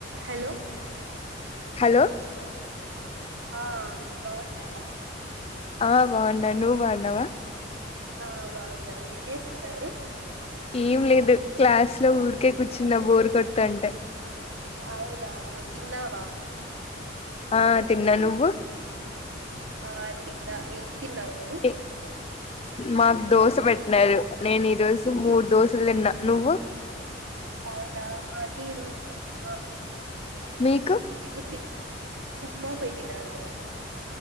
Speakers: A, on the right; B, on the left.
A: Hello
B: hello!
A: ఆ బాగున్నారా?
B: ఆ బాగున్నా నువ్వు బాగున్నావా?
A: ఆ బాగున్నా ఏం చేస్తున్నారు.
B: ఏం లేదు క్లాస్ లో ఊరికే కూర్చున్న బోరు కొడతాంటే
A: అవునా తిన్నావా?
B: ఆ తిన్నా నువ్వు
A: ఆ తిన్నా ఏం తిన్నావ నువు
B: ఏ, మాకు దోశ పెట్టినరు నేను ఈరోజు మూడు దోశలు తిన్నా నువ్వు
A: అవునా మాకి ఈ రోజు మా
B: మీకు
A: ఏదో తిన ఉప్మా పెట్టినారు మాకు